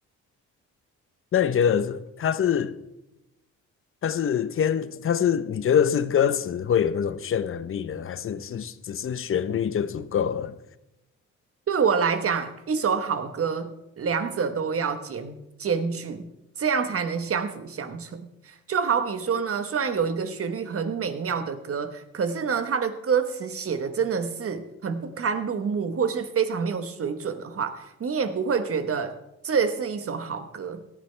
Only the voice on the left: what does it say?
那你觉得是它是它是天它是你觉得是歌词会有那种渲染力呢，还是是只是旋律就足够了？